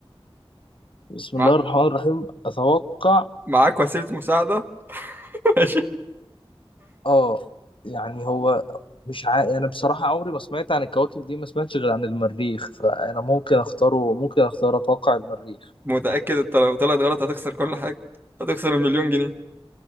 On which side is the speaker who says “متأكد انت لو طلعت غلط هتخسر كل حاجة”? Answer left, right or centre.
Right